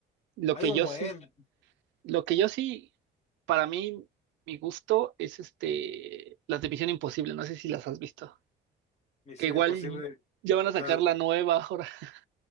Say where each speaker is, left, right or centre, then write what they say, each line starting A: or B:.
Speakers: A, on the right; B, on the left.
A: Lo
B: Hay
A: que
B: un
A: yo
B: buen.
A: sí Lo que yo sí, para mí, mi gusto es este, las de Misión Imposible, no sé si las has visto,
B: Misión
A: que igual
B: Imposible.
A: ya van a sacar
B: La de-
A: la nueva ahora. <laughs>